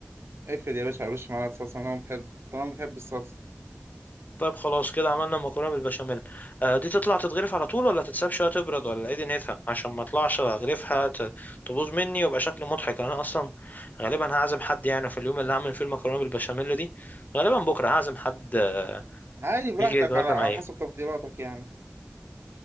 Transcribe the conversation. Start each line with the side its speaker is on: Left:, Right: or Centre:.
Right: افرض يا باشا على وش معلقه صلصه انا بحب طالما بتحب الصلصه
Left: طيب خلاص كده عملنا المكرونة بالبشاميل آه، دي تطلع تتغرف على طول ولا تتساب شوية تبرد ولا ايه دنيتها عشان ما اطلعش اغرفها ت- تبوظ مني ويبقى شكل مضحك انا اصلا غالبا هعزم حد يعني في اليوم اللي هعمل فيه المكرونة بالبشاميل دي غالبا بكرة هعزم حد آه،
Right: عادي براحتك
Left: يجي يتغدى
Right: على على
Left: معايا
Right: حسب تفضيلاتك يعني